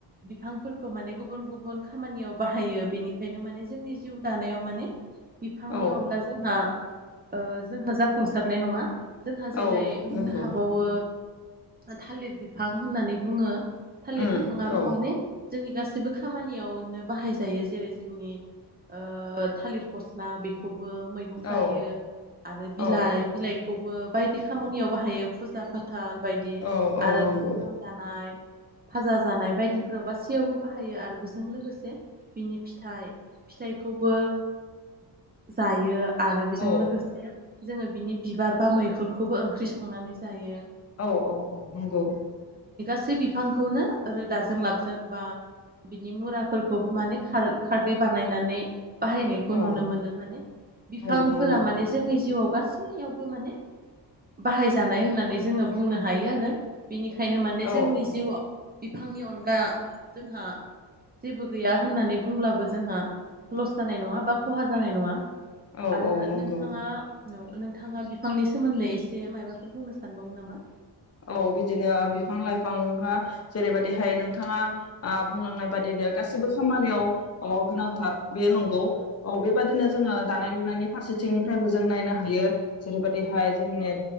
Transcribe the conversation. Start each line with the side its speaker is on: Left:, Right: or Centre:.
Right: बिफां फोरखौ माने गुबुन गुबुन खामानियाव बाहायो बेनिखायनो माने जोंनि जिउ दानायाव माने बिफांनि
Left: औ
Right: अनगा जोंहा अ जोंहा जाफुंसारनाय नङा। जोंहा जेरै
Left: औ
Right: मोननो
Left: नंगौ
Right: हाबावो। थालिर बिफां होननानै बुङो। थालिर
Left: उम
Right: बिथाङाबो
Left: औ
Right: माने जोंनि गासै -बो खामानियावनो बाहायजायो जेरै जोंनि अ थालिर फसना बेखौ मैगं जायो
Left: औ
Right: आरो बिलाइ
Left: औ
Right: बिलाइखौबो बाय खामानियाव बाहायो फुजा फाथो आल बायदि
Left: औ औ
Right: आरो
Left: नंगौ
Right: ओंखाम जानाय फाजा जानाय बायदिफोराव गासैयावबो बाहायो आरो बेजों लोगोसे बिनि फिथाइ फिथाइखौबो जायो। आरो बेजों
Left: औ
Right: लोगोसे जोङो बिनि बिबार बा मैखुनखौबो ओंख्रि संनानै जायो।
Left: औ औ औ नंगौ
Right: से बिफांखौनो रोदाजों लाबजों बा बिनि मुराफोरखौबो माने खारदै बानायनानै बाहायनायखौ
Left: औ
Right: नुनो मोनो माने बिफांफोरा
Left: औ नंगौ
Right: माने जोंनि जिउआव गासैयावबो माने बाहायजानाय होननानै जोङो बुंनो हायो आरो बिनिखायनो माने
Left: औ
Right: जोंनि जिउआव बिफांनि अनगा जोंहा जेबो गैया होननानै बुंब्लाबो जों जोंहा लस जानाय नङा बा खहा जानाय नङा
Left: औ
Right: आरो
Left: औ नंगौ
Right: नोंथाङा औ नोंथाङा बिफांनि सोमोन्दै एसे माबाफोर बुंनो सानबावो नामा
Left: औ बिदिनो बिफां लाइफां हा जेरैबायदिहाय नोंथाङा बुंलांनाय बादिनो गासिबो खामानियाव अ गोनांथार
Right: औ
Left: बे नंगौ औ बेबायदिनो
Right: औ
Left: जोङो दानाय लुनायनि फारसेथिंनिफ्रायबो जों नायनो हायो जेरैबायदि देहाय जोंनिया
Right: औ